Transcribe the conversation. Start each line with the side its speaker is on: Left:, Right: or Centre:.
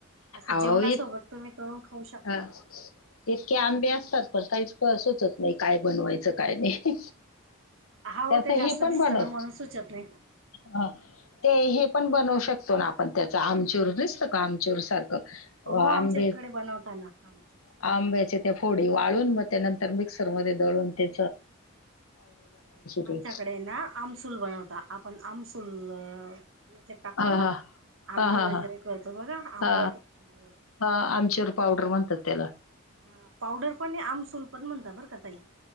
Right: असं
Left: अहो
Right: जेवणासोबत
Left: इत
Right: तुम्ही तळून खाऊ शकता.
Left: हा. इतके आंबे असतात पण काहीच सुचत नाही नाही काय बनवायचं काय नाही. त्याचं
Right: हा हो ते जास्त
Left: हे पण
Right: दिसत
Left: बनव
Right: ना म्हणून सुचत नाही.
Left: हा. ते हे पण बनवू शकतो ना आपण त्याच आमचूर नसत आमचूर सारखं
Right: हो
Left: आंबे
Right: आमच्या इकडे बनवताना आमचूर
Left: आंब्याच्या त्या फोडी वाळून मग त्यानंतर मिक्सर मध्ये दळून ते ती
Right: आमच्याकडे ना आमसूल बनवता आपण आमसूल याच्या टाकतो
Left: हा
Right: ना
Left: हा
Right: आमटी
Left: हा हा
Right: वगैरे
Left: हा
Right: करतो बघा आंबट
Left: हा
Right: गोड
Left: ह आमचूर पावडर म्हणत्यात तेला <unintelligible>
Right: हा पावडर पण आमसूल पण म्हणता बरं का ताई.